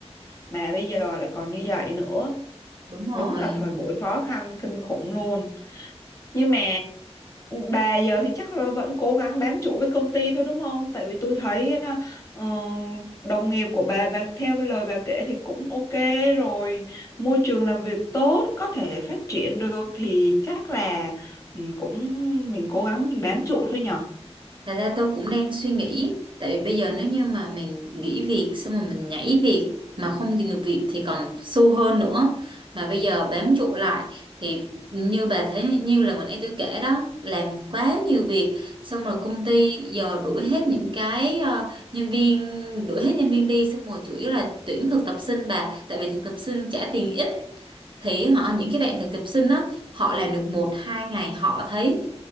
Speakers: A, on the left; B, on the right.
A: Mà bây giờ lại còn như vậy nữa,
B: đúng rồi
A: đúng là thời buổi khó khăn kinh khủng luôn nhưng mà bà giờ thì chắc là vẫn cố gắng bám trụ với công ty thôi đúng không? Tại vì tôi thấy ờ, ờ, đồng nghiệp của bà, bà theo lời bà kể thì cũng ok rồi, môi trường làm việc tốt, có thể phát triển được thì chắc là ừ, cũng mình cố gắng mình bám trụ thôi nhở?
B: Thật ra tôi cũng đang suy nghĩ Tại vì bây giờ nếu như mà mình nghỉ việc Xong rồi mình nhảy việc Mà không tìm được việc thì còn xu hơn nữa Mà bây giờ bám trụ lại Thì như bà thấy Như là mình ấy tôi kể đó Làm quá nhiều việc Xong rồi công ty giờ đuổi hết những cái ờ, Nhân viên Đuổi hết nhân viên đi Xong rồi chủ yếu là tuyển thực tập sinh bà Tại vì thực tập sinh trả tiền ít Thì họ những cái bạn thực tập sinh đó Họ làm được một hai ngày họ thấy